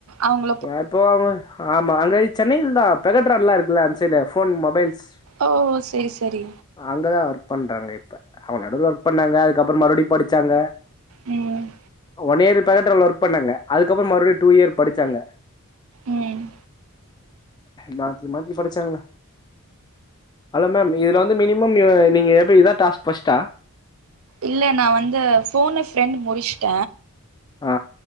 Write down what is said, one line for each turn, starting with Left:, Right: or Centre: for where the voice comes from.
Right: அவங்க
Left: இப்போ அவ ஆமா அங்க சென்னையில்தா பெகட்ரான்லா இருக்குல்ல அது சைட் ஃபோன் மொபைல்ஸ்
Right: ஓ சரி சரி
Left: அங்கதா ஒர்க் பண்றாங்க இப்ப அவங்க நடுல ஒர்க் பண்ணாங்க அதுக்கப்புறோ மறுடி படிச்சாங்க
Right: ம்
Left: ஒன் இயர் பகட்ரான்ல ஒர்க் பண்ணாங்க அதுக்கப்புறோ மறுடியு டூ இயர் படிச்சாங்க
Right: ம்
Left: மாத்தி மாத்தி படிச்சாங்கள ஹலோ மேம் இதுல வந்து மி மினிமம் நீங்க எப்டி இதா டாஸ்க் ஃபர்ஸ்ட்டா
Right: இல்ல நா வந்து ஃபோன்னு ஃப்ரெண்ட் முடிச்ட்ட
Left: ஆ